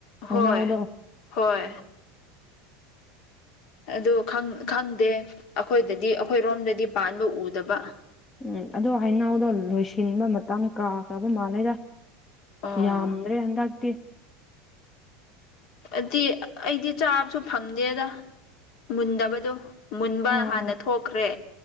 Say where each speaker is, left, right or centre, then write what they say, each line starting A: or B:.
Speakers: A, on the left (about 20°); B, on the left (about 50°).
A: ꯍꯩꯅꯧꯗꯣ
B: ꯍꯣꯏ ꯍꯣꯏ ꯑꯗꯨ ꯈꯪ ꯈꯪꯗꯦ ꯑꯈꯣꯏꯗꯗꯤ ꯑꯈꯣꯏꯔꯣꯝꯗꯗꯤ ꯄꯥꯟꯕ ꯎꯗꯕ
A: ꯎꯝ ꯑꯗꯨ ꯍꯩꯅꯧꯗꯣ ꯂꯣꯏꯁꯤꯟꯕ ꯃꯇꯝ ꯀꯥ ꯀꯥꯕ ꯃꯥꯜꯂꯦꯗ
B: ꯑꯣ
A: ꯌꯥꯝꯗ꯭ꯔꯦ ꯍꯟꯗꯛꯇꯤ
B: ꯑꯗꯤ ꯑꯩꯗꯤ ꯆꯥꯕꯁꯨ ꯐꯪꯗꯦꯗ ꯃꯨꯟꯗꯕꯗꯣ ꯃꯨꯟꯕ
A: ꯑꯥ
B: ꯍꯥꯟꯅ ꯊꯣꯛꯈ꯭ꯔꯦ